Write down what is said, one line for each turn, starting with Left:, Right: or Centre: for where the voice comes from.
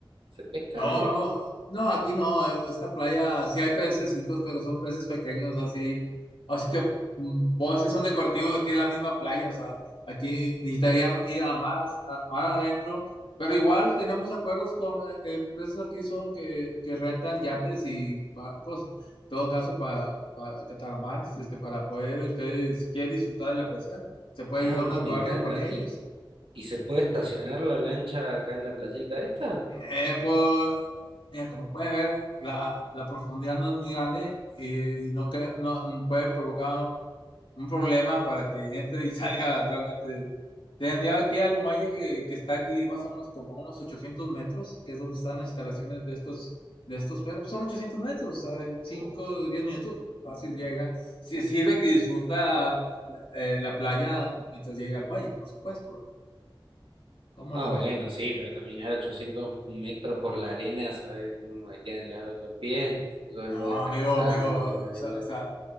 Right: ¿Se pesca
Left: No,
Right: algo?
Left: no, no, aquí no, esta playa sí hay pececitos, pero son peces pequeños así, así que mm, pues, sí son decorativos, aquí es la misma playa, o sea, aquí necesitaría ir a más, a- más adentro, pero igual tenemos acuerdos con eh, empresas aquí son que, que rentan yates y barcos, en todo caso para cataramares, este, para poder ustedes, si quieren disfrutar de la pesca, se puede
Right: Ah,
Left: llegar
Right: no,
Left: a un acuerdo
Right: me encanta.
Left: con ellos.
Right: ¿Y, y se puede estacionar la lancha acá en la playita esta?
Left: Eh, puedo, mira, como puedes ver, la, la profundidad no es muy grande y, y no, que, no puede provocar un un problema para que entre y <laughs> salga realmente. Tendría que ir al muelle que, que está aquí más o menos como a unos 800 metros, que es donde están las instalaciones de estos, de estos, pero son 800 metros, o sea, en 5
Right: O-
Left: o 10 minutos fácil llega. Si sirve que disfruta la, eh, la playa mientras llega al muelle, por supuesto, ¿no? ¿Cómo
Right: Ah,
Left: le va?
Right: bueno, sí, pero caminar 800 metros por la arena, ¿sabes cómo me quedan las- los pies? Yo
Left: No,
Right: vengo a descansar,
Left: amigo, amigo,
Right: no a que me vengan
Left: o sea, o sea,